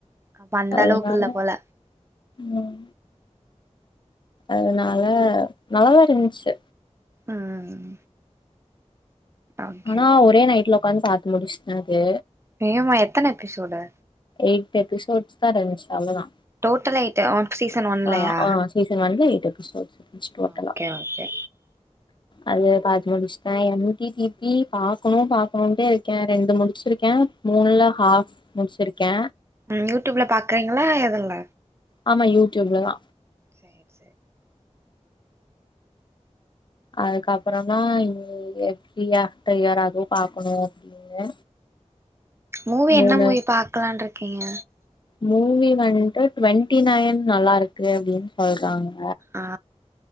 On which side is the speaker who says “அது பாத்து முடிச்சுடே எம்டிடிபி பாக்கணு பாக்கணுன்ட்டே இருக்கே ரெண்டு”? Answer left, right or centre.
Left